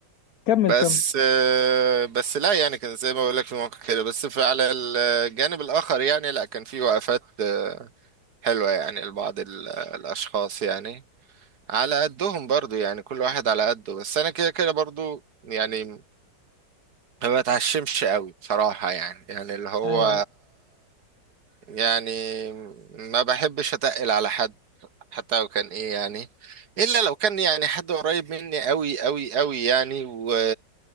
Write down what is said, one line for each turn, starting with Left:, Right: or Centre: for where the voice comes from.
Left: كمل
Right: بس
Left: كمل
Right: آه، بس لا يعني كان زي ما بقول لك في مواقع كده بس في على الجانب الاخر يعني لا كان في وقفات آه، حلوة يعني لبعض ال- الاشخاص يعني على قدهم برضو يعني كل واحد على قده بس انا كده كده برضو يعني ما بتعشمش قوي بصراحة يعني يعني اللي هو
Left: ايوه ايوه
Right: يعني ما بحبش اتقل على حد حتى لو كان ايه يعني الا لو كان يعني حد قريب مني قوي قوي قوي يعني و...